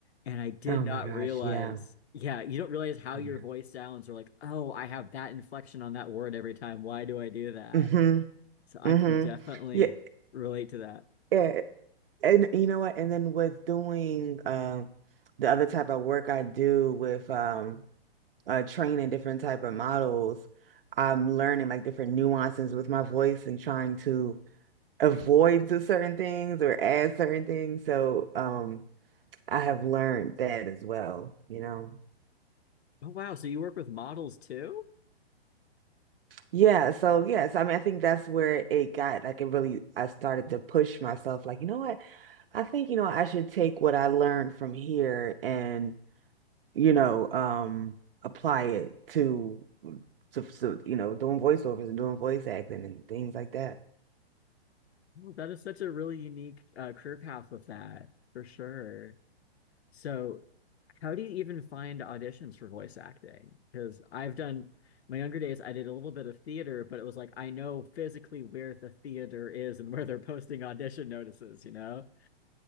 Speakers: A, on the left; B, on the right.
A: And I did
B: Oh
A: not
B: my gosh.
A: realize,
B: Yeah.
A: yeah, you don't realize how
B: Yeah.
A: your voice sounds or like, oh, I have that inflection on that word every time. Why do I do that?
B: hmm
A: So I
B: hmm
A: can definitely
B: Yeah.
A: relate to that.
B: Yeah. And you know what? And then with doing um the other type of work I do with um uh training different type of models, I'm learning like different nuances with my voice and trying to avoid the certain things or add certain things. So um I have learned that as well, you know.
A: Oh, wow. So you work with models too?
B: Yeah, so yes, I mean I think that's where it got like it really I started to push myself like, you know what? I think, you know, I should take what I learned from here and you know, um, apply it to, to, to, you know, doing voiceovers and doing voice acting and things like that.
A: Well, that is such a really unique uh, career path with that, for sure. So how do you even find auditions for voice acting? Because I've done my younger days, I did a little bit of theater, but it was like I know physically where the theater is and where they're posting audition notices, you know?